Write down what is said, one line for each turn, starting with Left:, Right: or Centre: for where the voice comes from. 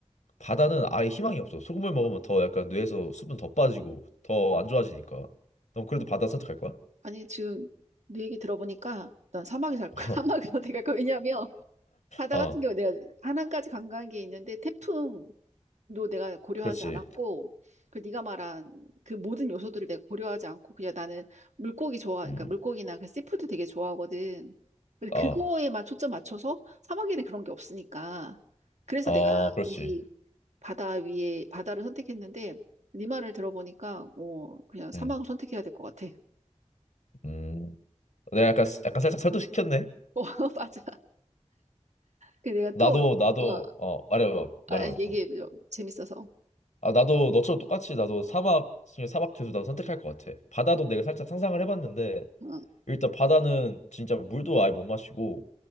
Left: 바다는 아예 희망이 없어. 소금을 먹으면 더 약간 뇌에서 수분 더 빠지고 더 안 좋아지니까. 넌 그래도 바다 선택할 거야?
Right: 아니, 지금 네 얘기 들어보니까 난 사막에 살 거야.
Left: <laughs>
Right: <laughs> 사막에서 내가, 그- 왜냐면 바다
Left: 어,
Right: 같은 경우 내가 하남까지 관광객이 있는데 태풍, 도 내가 고려하지
Left: 그렇지.
Right: 않았고 그 네가 말한 그 모든 요소들을 내가 고려하지 않고 그냥 나는 물고기 좋아 그러니까
Left: 음,
Right: 물고기나 그 씨푸드 되게 좋아하거든. 근데 그거에만
Left: 어,
Right: 초점 맞춰서 사막에는 그런 게 없으니까 그래서
Left: 어,
Right: 내가
Left: 그렇지.
Right: 이 바다 위에 바다를 선택했는데 네 말을 들어보니까 뭐 그냥 사막을
Left: 음,
Right: 선택해야 될 것 같아.
Left: 음. 내가 약간 약간 살짝 설득시켰네.
Right: <laughs> 어 맞아. 그 내가
Left: 나도
Right: 또
Left: 나도
Right: 어, 아,
Left: 어 말해봐
Right: 아,
Left: 말해봐.
Right: 얘기해
Left: 어.
Right: 재밌어서.
Left: 아 나도 너처럼 똑같이 나도 사막 중에 사막 계속 나도 선택할 것 같아. 바다도 내가 살짝 상상을 해봤는데
Right: 어,
Left: 일단 바다는 진짜 물도 아예 못 마시고